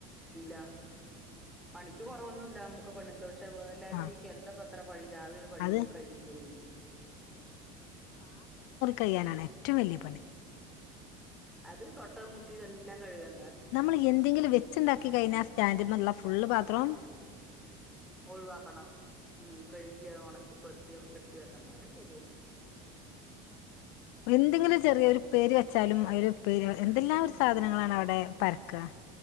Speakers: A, in the centre; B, on the left.
A: ഇല്ല പണിക്ക് കൊറവൊന്നുമല്ല നമ്മുക്ക് പെണ്ണക്ക് പക്ഷെ എല്ലാരും
B: ആഹ്
A: ചോദിക്കും എന്താപ്പ അത്ര പണി രാവിലെ ഒരു പണി
B: അത്
A: കഴിഞ്ഞാൽ കഴില്ലേ ചോദിക്കും
B: ചെയ്യാനാണ് ഏറ്റവും വലിയ പണി
A: അത് തൊട്ടവും മുട്ടി ഇതെല്ലാം കഴുകാൻ
B: നമ്മൾ എന്തെങ്കിലും വെച്ചുണ്ടാക്കി കഴിഞ്ഞാ ആ സ്റ്റാൻഡുള്ള ഫുള്ള് പ ത്രൺ
A: ഒഴിവാക്കണം ഉം കഴുകിയ ഉണക്കി പെറുക്കി എടുത്തി വെക്കണ്ടാക്ക ഒക്കെ ശെരിയാണ്
B: എന്തെങ്കിലും ചെറിയ ഒരു പേര് വെച്ചാലും അയില് പേര് എന്തെല്ലാം ഒരു സാധനങ്ങളാണ് അവിടെ പരക്കാ